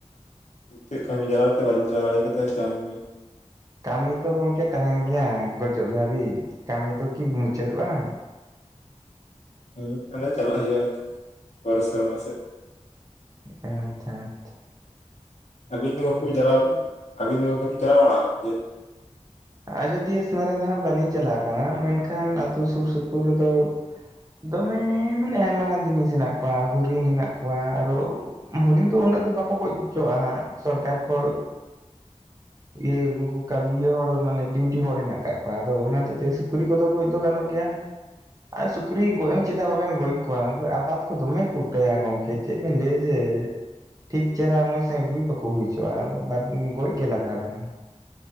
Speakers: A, on the left; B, on the right.
A: ᱬᱤᱛᱟᱹᱜ ᱠᱟᱹᱢᱤ ᱡᱟᱞᱟ ᱨᱮᱛᱮ ᱵᱟᱹᱞᱤᱧ ᱪᱟᱞᱟᱣ ᱫᱟᱲᱮ ᱠᱟᱫᱟ <unintelligible>
B: ᱠᱟᱹᱢᱤ ᱛᱚ ᱜᱚᱢᱠᱮ ᱛᱟᱦᱮᱱ ᱜᱮᱭᱟ ᱜᱚᱡᱚᱜ ᱫᱷᱟᱹᱵᱤᱡ ᱠᱟᱹᱢᱤ ᱫᱚ ᱠᱤ ᱢᱩᱪᱟᱹᱫᱚᱜᱼᱟ᱾
A: ᱦᱮᱸ ᱟᱢᱟ ᱪᱟᱞᱟᱜ ᱦᱩᱭᱩᱜ-ᱟ᱾ ᱱᱤᱛᱚᱜ ᱯᱚᱨᱮᱨ ᱫᱮᱨᱢᱟ ᱥᱮᱫ᱾
B: ᱟᱪᱪᱷᱟ ᱟᱪᱪᱷᱟ ᱾
A: ᱟᱹᱵᱤᱱ ᱫᱚ ᱜᱚᱝᱠᱮ ᱵᱤᱱ ᱪᱞᱟᱣ ᱠᱟᱱᱟ, ᱟᱹᱵᱤᱱ ᱫᱚ ᱜᱟᱝᱠᱮ ᱱᱤᱱ ᱪᱟᱞᱟᱣ ᱵᱟᱲᱟᱣ ᱠᱟᱱᱟ ᱡᱮ
B: ᱟᱡᱳᱫᱤᱭᱟᱹ ᱥᱮᱸᱫᱽᱨᱟ ᱫᱚ ᱦᱟᱸᱜ ᱵᱟᱹᱞᱤᱧ ᱪᱟᱞᱟᱣ ᱠᱟᱱᱟ ᱢᱮᱱᱠᱷᱟᱱ ᱟᱹᱛᱩ ᱥᱩᱨ ᱥᱩᱯᱩᱨ ᱨᱮᱫᱚ ᱫᱚᱢᱮᱻ ᱢᱟᱱᱮ ᱟᱭᱢᱟ ᱜᱟᱱ ᱡᱤᱱᱤᱥ ᱦᱮᱱᱟᱜ ᱠᱚᱣᱟ ᱦᱚᱨᱤᱱ ᱦᱮᱱᱟᱜ ᱠᱚᱣᱟ ᱟᱨᱚ ᱦᱚᱨᱤᱱ ᱫᱚ ᱩᱱᱟᱹᱜ ᱫᱚ ᱵᱟᱠᱚ ᱜᱚᱡ ᱦᱚᱪᱚᱣᱟᱜᱼᱟ ᱦᱟᱸᱜ‌ ᱥᱚᱨᱠᱟᱨ ᱠᱷᱚᱡ ᱤᱭᱟᱹ ᱩᱱᱠᱩ ᱠᱟᱹᱢᱤᱭᱟ ᱦᱚᱲ ᱢᱟᱱᱮ ᱰᱤᱩᱴᱤ ᱦᱚᱲ ᱦᱮᱱᱟᱜ ᱟᱠᱟᱫ ᱠᱚᱣᱟ ᱟᱫᱚ ᱚᱱᱟ ᱦᱚᱛᱮᱫ ᱛᱮ ᱥᱩᱠᱨᱤ ᱠᱚᱫᱚ ᱜᱚᱡ ᱫᱚ ᱜᱟᱱᱚᱜ ᱜᱮᱭᱟ᱾ ᱟᱨ ᱥᱩᱠᱨᱤ ᱜᱚᱡ ᱦᱚᱸ ᱪᱮᱫᱟᱜ ᱵᱟᱵᱮᱱ ᱜᱚᱡ ᱠᱚᱣᱟ ᱩᱱᱠᱩ ᱟᱵᱟᱫᱽ ᱠᱚ ᱫᱚᱢᱮ ᱠᱚ ᱩᱴᱟᱹᱭᱟ ᱜᱚᱝᱠᱮ᱾ ᱪᱮᱫ ᱵᱮᱱ ᱞᱮᱭᱟ ᱡᱮ ᱴᱷᱤᱠ ᱪᱮᱦᱨᱟ ᱢᱚᱸᱡᱽ ᱥᱟᱹᱦᱤᱡ ᱦᱩᱭ ᱵᱟᱠᱚ ᱦᱩᱭ ᱦᱟᱪᱚᱜᱼᱟ ᱟᱫᱚ ᱵᱟᱫ ᱜᱚᱡ ᱜᱮ ᱞᱟᱜᱟᱣ ᱵᱮᱱᱟ᱾